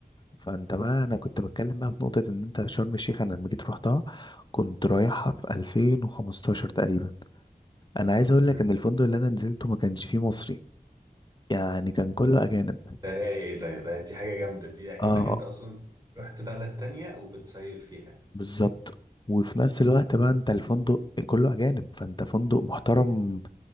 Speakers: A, on the left (about 30°); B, on the right (about 25°).
A: فانت بقى انا كنت بتكلم بقى في نقطه ان انت شرم الشيخ انا لما جيت روحتها كنت رايحها في 2015 تقريبا انا عايز اقول
B: امم
A: لك ان الفندق اللي انا نزلته ما كانش فيه مصري يعني كان كله اجانب
B: ده رايق ده, ده دي حاجه جامده دي اكنك
A: اه
B: انت اصلا رحت بلد تانية وبتصيف فيها
A: بالظبط وفي نفس الوقت بقى انت الفندق كله اجانب فانت فندق محترم
B: مم.